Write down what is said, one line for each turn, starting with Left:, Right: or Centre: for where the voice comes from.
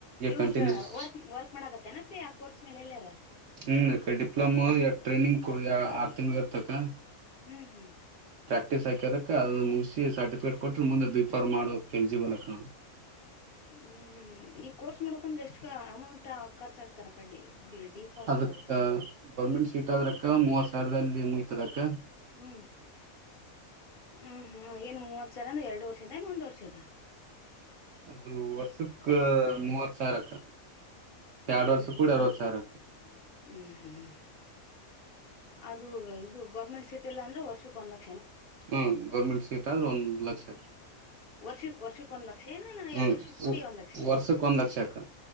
Left: ಇವಾಗ
Right: ಕಂಟಿನ್ಯೂಸ್
Left: ವರ್ಕ್ ವರ್ಕ್ ಮಾಡಕತ್ತನಪ್ಪಿ ಆ ಕೋರ್ಸ್ ಮೇಲೆ ಎಲ್ಲಾರ?
Right: ಹ್ಮ್ ಅಕ್ಕ ಡಿಪ್ಲೋಮೋ ಯ ಟ್ರೈನಿಂಗ್ ಯ ಆರ್ ತಿಂಗ್ಳು ಇರ್ತಕ್ಕ
Left: ಹ್ಮ್ ಹ್ಮ್
Right: ಪ್ರಾಕ್ಟಿಸ್ ಹಾಕ್ಯರಕ ಅದು ಮುಗ್ಸಿ ಸರ್ಟಿಫಿಕೇಟ್ ಕೊಟ್ಟ್ರೆ ಮುಂದ ಬಿಫಾರ್ಮ ಮಾಡಕ್ ಎಲಿಜಿಬಲ್ ಅಕ್ಕ
Left: ಹ್ಮ್ ಹ್ಮ್ ಈ ಕೋರ್ಸ್ ಮಾಡೋಕಂದ್ರೆ ಎಷ್ಟ ಅಮೌಂಟ ಖರ್ಚಾಗಗ್ತಾರ ಡಿ ಫಾರ್ಮ್
Right: ಅದಕ್ಕ
Left: ಮಾಡ್ಬೇಕ
Right: ಗೌರ್ಮೆಂಟ್ ಸೀಟ್ ಆದ್ರಕ್ಕ ದರ್ದಲ್ಲಿ ಮುಗಿತದ್ ದಕ್ಕ
Left: ಹ್ಮ್ ಹ್ಮ್ ಹ್ಮ್ ಏನ್ ಮೂವತ್ ಸರನು ಎರ್ಡು ವರ್ಷಿಂದೆನು ಒಂದ್ ವರ್ <unintelligible>
Right: ಅದು ವರ್ಷಕ್ಕ ಮೂವತ್ತು ಸಾವಿರಕ್ಕ ಎರಡ್
Left: ಹ್ಮ್
Right: ವರ್ಷ
Left: ಹ್ಮ್
Right: ಕೂಡ ಅರವತ್ ಸಾವಿರ
Left: ಹ್ಮ್ ಹ್ಮ್ ಅದು ಇದು ಗೌರ್ಮೆಂಟ್ ಸಿಟಿಲ್ಲನ್ದ್ರೆ ವರ್ಷಕ್ ಒಂದ್ ಲಕ್
Right: ಹ್ಮ ಗೌರ್ಮೆಂಟ್ ಸೀಟ್ ಆದ್ರೆ ಒಂದ್ ಲಕ್ ಹ
Left: ವರ್ಷುಕ್ ವರ್ <unintelligible> ಲಕ್ಷೆನ ನಾ
Right: ಹ್ಮ್
Left: ಎರ್ಡ್ ವರ್ಷ ಕೂಡಿ ಒಂದ್ ಲಕ್ಷೆ
Right: ವರ್ಷಕ್ ಒಂದ್ ಲಕ್ಷ ಅಕ್ಕ